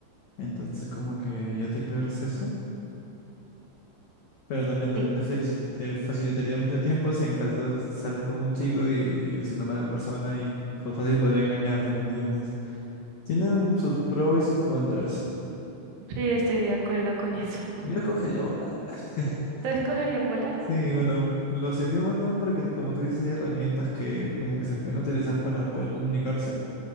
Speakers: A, on the left; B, on the right.
A: entonces como que ya te pierdes eso Pero también, también
B: Sí,
A: te felicit- te facilitaría mucho tiempo si en caso s- sales con un chico y, y es una mala persona y fue fácil podría engañarte, ¿me entiendes? Tienen sus pros y sus contras.
B: sí, estoy de acuerdo con eso.
A: Yo escogería volar. <laughs>
B: ¿Tú escogerías volar?
A: Sí, bueno, los idiomas no, porque como tú dices, hay herramientas que como que se pueden utilizar para poder comunicarse.